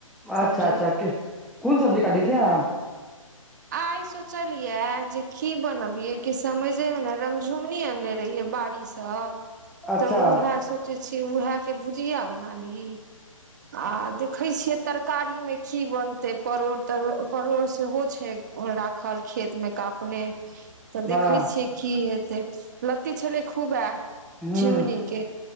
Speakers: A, in the centre; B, on the right.
A: अच्छा
B: सब्जी
A: अच्छा के कोन सब्जी काटै छे
B: आइ सोचलिये जे की बनबिये कि समझे मे ने रमझुमनी आने रहिये बारिश
A: अच्छा
B: तऽ उएह सोचै छियै उएह के भुजिया बना ली आ देखैत छियै तरकारी मे की बनते परोड़ तोड़ परोड़ सेहो छै राखल खेत मे का अपने तऽ
A: हँ
B: देखै छीयै की हेतै लत्ती छलै खूब
A: हूँ
B: झिंगुनी के